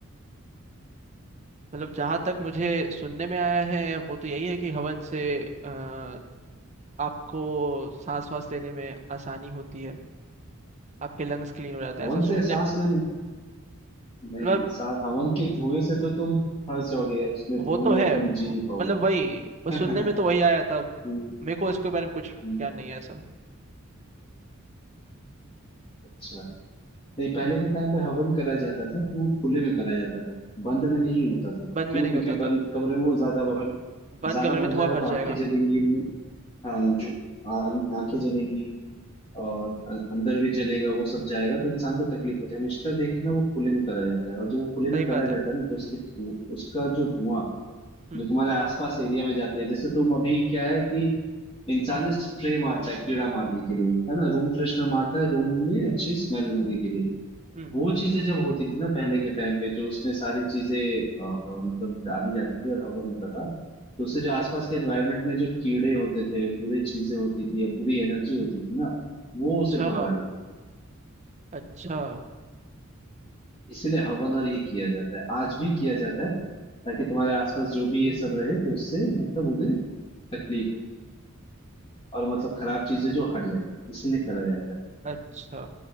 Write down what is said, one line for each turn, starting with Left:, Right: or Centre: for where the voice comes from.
Right: मतलब जहाँ तक मुझे सुनने में आया है वो तो यही है कि हवन से अ, आपको सांस वास लेने में आसानी होती है आपके लंग्स क्लीन हो जाते
Left: हवन
Right: हैं ऐसा सुनने
Left: से सांस लेने नहीं
Right: मतलब
Left: नहीं सा, हवन के धुएं से तो तुम फंस जाओगे यार उसमें
Right: वो
Left: धुएं
Right: तो
Left: में
Right: है
Left: तुम
Right: वो-
Left: जी नहीं
Right: मतलब वही
Left: पाओगे
Right: बस
Left: <laughs>
Right: सुनने में तो वही आया था
Left: हम्म,
Right: मेरे को इसके बारे में कुछ
Left: हम्म,
Right: ज्ञान नहीं है ऐसा
Left: अच्छा नहीं पहले के टाइम पे हवन करा जाता था तो वो खुले में करा जाता था बंद में नहीं होता था
Right: बंद
Left: क्यों
Right: में नहीं
Left: क्योंकि
Right: होता था
Left: बंद कमरे में वो ज्यादा भर
Right: बंद
Left: ज्यादा
Right: कमरे में
Left: भर
Right: धुआं
Left: जाएगा
Right: भर
Left: तो आंखें
Right: जाएगा
Left: जलेंगी हाँ जो आ- आंखें जलेंगी और अ- अंदर भी जलेगा वो सब जाएगा तो इंसान को तकलीफ होती है हमेशा देखना वो खुले में करा जाता है और जब वो खुले
Right: सही
Left: में करा
Right: बात है
Left: जाता है ना तो उसकी धुआं उसका जो धुआं
Right: हम्म
Left: जो तुम्हारे आसपास एरिया में जाते हैं जैसे तुम अभी क्या है कि इंसान ने स्प्रे मारता है कीड़ा मारने के लिए है ना रूम फ्रेशनर मारता है रूम में अच्छी स्मेल लेने के लिए
Right: हम्म
Left: वो चीजें जब होती थी ना पहले के टाइम पे जो उसमें सारी चीजें अ, मतलब डाली जाती थी और हवन होता था तो उससे जो आसपास के एनवायरनमेंट में जो कीड़े होते थे बुरी चीजें होती थी या बुरी एनर्जी होती थी ना वो उसे
Right: अच्छा
Left: भगा देते थे
Right: अच्छा
Left: इसीलिए हवन और ये किया जाता है आज भी किया जाता है ताकि तुम्हारे आसपास जो भी ये सब रहे तो उससे मतलब उन्हें तकलीफ हो और मतलब खराब चीजें जो हट जाए इसीलिए करा जाता है
Right: अच्छा